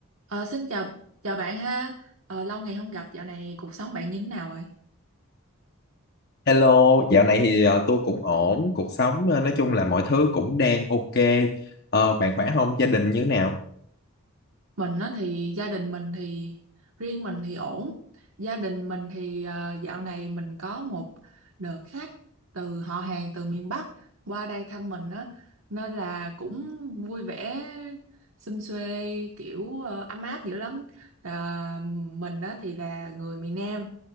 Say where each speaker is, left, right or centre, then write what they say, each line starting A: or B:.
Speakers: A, on the right (about 70°); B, on the left (about 45°).
A: Ờ, xin chào chào bạn ha. Ờ, lâu ngày không gặp, dạo này cuộc sống bạn như thế nào rồi?
B: Hello, dạo này thì, ờ, tôi cũng ổn, cuộc sống, ơ, nói chung là mọi thứ cũng đang ok. Ờ, bạn khỏe không, Gia đình như thế nào?
A: Mình á thì gia đình mình thì riêng mình thì ổn, gia đình mình thì, ờ, dạo này mình có một đợt khách từ họ hàng từ miền Bắc qua đây thăm mình á, nên là cũng vui vẻ, sum suê, kiểu, ờ, ấm áp dữ lắm. Là mình á thì là người miền Nam,